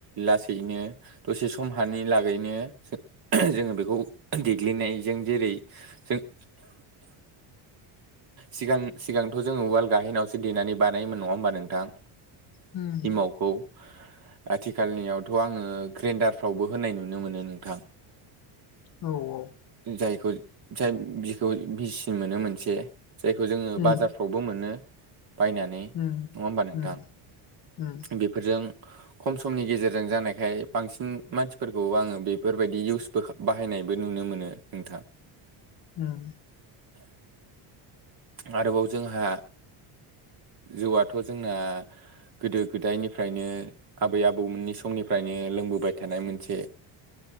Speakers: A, on the right (about 45°); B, on the left (about 45°).
A: लासैनो दसे सम हानि लागैनो जोङो बेखौ देग्लिनायजों जेरै जों <inaudible> सिगां सिगांथ' जोङो उवाल गाहेनायावसो देनानै बानायोमोन नङा होमबा नोंथां।
B: उम
A: इमावखौ आथिखालनियावथ' आङो ग्रेन्डारफ्रावबो होनाय नुनो मोनो नोंथां।
B: औ औ।
A: जायखौ जाय बिखौ बिसिम मोनो मोनसे जायखौ जोङो
B: उम
A: बाजारफ्राव बावबो मोनो बायनानै
B: उम
A: नङा होमबा नोंथां
B: उम उम
A: बेफोरजों खम समनि गेजेरजों जानायखाय बांसिन मानसिफोरखौ आङो बेफोर बायदि इउसबो खा बाहा बाहायनायबो नुनो मोनो नोंथां।
B: होम।
A: आरोबाव जोंहा जिउआथ' जोंना गोदो गोदायनिफ्रायनो आबै आबौमोननि समनिफ्रायनो लोंबोबाय थानाय मोनसे